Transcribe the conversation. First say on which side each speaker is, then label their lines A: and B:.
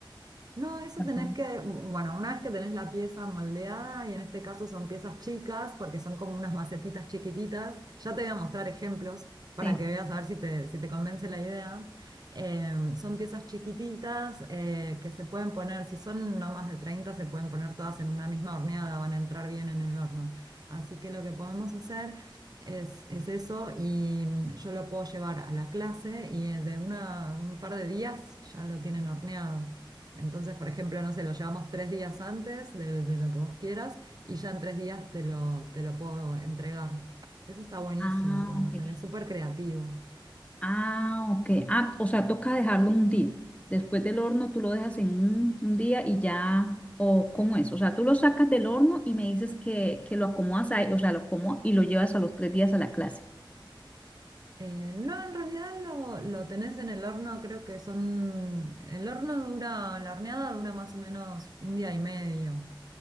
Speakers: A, on the right; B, on the left.
A: No, eso
B: Eso.
A: tenés que, bueno, una vez que tenés la pieza moldeada, y en este caso son piezas chicas, porque son como unas macetitas chiquititas, ya te voy a mostrar ejemplos para
B: Sí.
A: que veas a ver si te, si te convence la idea. Eh, son piezas chiquititas eh, que se pueden poner, si son no más de 30 se pueden poner todas en una misma horneada, van a entrar bien en el horno. Así que lo que podemos hacer es, es eso y mm, yo lo puedo llevar a la clase y eh, de una, un par de días ya lo tienen horneado. Entonces, por ejemplo, no sé, lo llevamos tres días antes de, de lo que vos quieras y ya en tres días te lo, te lo puedo entregar. Eso está buenísimo
B: Ah,
A: para
B: ok.
A: hacer, es súper creativo.
B: Ah, ok. Ah, o sea, toca dejarlo un día. Después del horno tú lo dejas en un, un día y ya, o ¿cómo es? O sea, tú lo sacas del horno y me dices que, que lo acomodas ahí, o sea, lo acomodas y lo llevas a los tres días a la clase.
A: Eh, no, en realidad lo, lo tenés en el horno, creo que son... El horno dura, la horneada dura más o menos un día y medio.